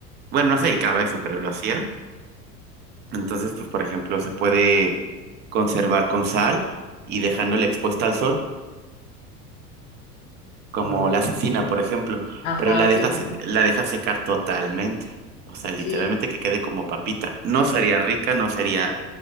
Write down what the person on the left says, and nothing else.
Ok.
Ajá,
sí, sí,
sí.
Sí.